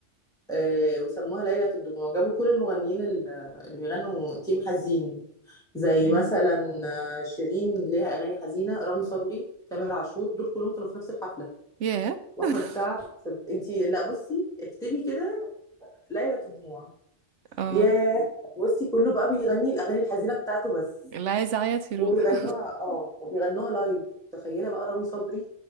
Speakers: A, in the centre; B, on the right.
A: آه وسموها ليلة الدموع جابوا كل المغنيين ال- اللي بيغنوا تيم حزين زي
B: مم.
A: مثلا آه، شيرين ليها أغاني حزينة رامي صبري تامر عاشور دول كلهم كانوا في نفس الحفلة
B: ياه
A: وأحمد
B: <laughs>
A: سعد انت لا بصي اكتبي كده ليلة الدموع
B: اه
A: ياه بصي كله بقى بيغني الاغاني الحزينه بتاعته بس
B: اللي عايز يعيط يروح
A: وبيغنوها اه وبيغنوها لايف تخيله بقى رامي صبري